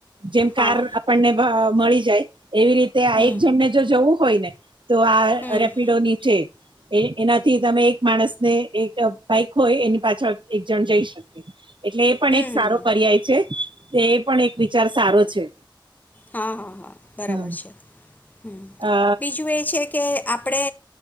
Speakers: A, on the right; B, on the left.
A: જેમ
B: હા
A: કાર આપણને વહ મળી જાય. એવી રીતે આ
B: હમ
A: એક જણને જો જવું હોય ને તો આ
B: હમ
A: રેપિડો ની છેે. એ એનાથી તમે એક માણસ ને એક બાઈક હોય એની પાછળ એક જણ જઈ શકે. એટલે એ પણ
B: હમ
A: એક સારો પર્યાય છે. તે એ પણ એક વિચાર સારો છે.
B: હા હા હા બરાબર
A: હમ
B: છે હ
A: અ
B: બીજું એ છે. કે આપણે